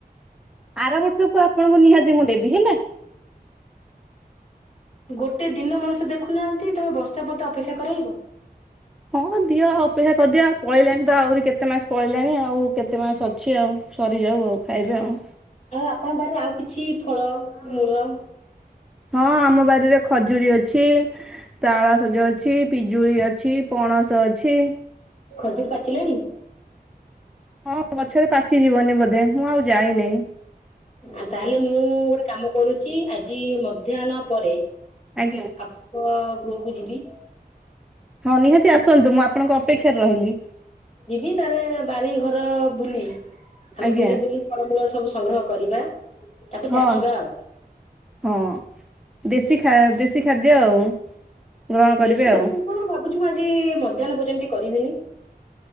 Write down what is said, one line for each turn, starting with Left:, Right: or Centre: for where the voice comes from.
Centre: ଆର ବର୍ଷକୁ ଆପଣଙ୍କୁ ନିହାତି ମୁଁ ଦେବି ହେଲା।
Left: ଗୋଟେ ଦିନ ମଣିଷ ଦେଖୁନାହାନ୍ତି ତମେ ବର୍ଷେ ମତେ ଅପେକ୍ଷା କରେଇବ?
Centre: ହଁ ଦିଅ ଅପେକ୍ଷା କରିଦିଅ ଆ ପଳେଇଲାଣି ତ ଆହୁରି କେତେ ମାସ ପଳେଇଲାନି ଆଉ କେତେ ମାସ ଅ ଅଛି ଆଉ ସରିଯାଉ ଆଉ ଖାଇବେ ଆଉ।
Left: ଆଉ ଆପଣଙ୍କ ପାଖରେ ଆଉ କିଛି ଫଳ ମୂଳ
Centre: ହଁ ଆମ ବାରିରେ ଖଜୁରୀ ଅଛି ତାଳସଜ ଅଛି ପିଜୁଳି ଅଛି। ପଣସ ଅଛି।
Left: ଖଜୁରି ପାଚିଲାଣି?
Centre: ହଁ ଗଛରେ ପାଚିଯିବନି ବୋଧେ ମୁଁ ଆଉ ଯାଇନି।
Left: ଆଉ ତାହେଲେ ମୁଁ ଗୋଟେ କାମ କରୁଛି ଆଜି ମଧ୍ୟାହ୍ନ ପରେ
Centre: ଆଜ୍ଞା।
Left: ଆପଣଙ୍କ ଗୃହକୁ ଯିବି।
Centre: ହଁ ନିହାତି ଆସନ୍ତୁ ମୁଁ ଆପଣଙ୍କ ଅପେକ୍ଷାରେ ରହିଲି।
Left: ଯିବି ତାରେ ବାରି ଘର ବୁଲି ଆମେ
Centre: ଆଜ୍ଞା
Left: ବୁଲି ବୁଲି ଫଳମୂଳ ସବୁ ସଂଗ୍ରହ କରିବା ତାକୁ
Centre: ହଁ
Left: ଚାଖିବା ଆଉ।
Centre: ହଁ ଦେଶୀ ଦେଶୀ ଖାଦ୍ୟ ଆଉ। ଗ୍ରହଣ କରିବେ
Left: ଦେଶୀ ଖାଦ୍ୟ
Centre: ଆଉ।
Left: କଣ ଭାବୁଛି ମୁଁ ଆଜି ମଧ୍ୟାହ୍ନ ଭୋଜନଟି କରିବିନି।